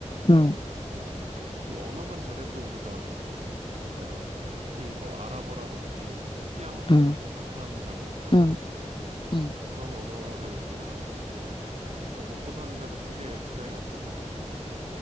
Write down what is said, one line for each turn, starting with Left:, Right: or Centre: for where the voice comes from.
Left: 응,
Right: 어, 그리고 언어만 잘해도 우리가 진짜 특히 뭐 아랍어라든지 특이한 언어들
Left: 응,
Right: 있잖아. 사람들 잘 못하는.
Left: 응, 응.
Right: 그런 언어를 우리가 할 수 있으면은 뭐 먹고 사는 데도 크게 지장이 없을 것 같고.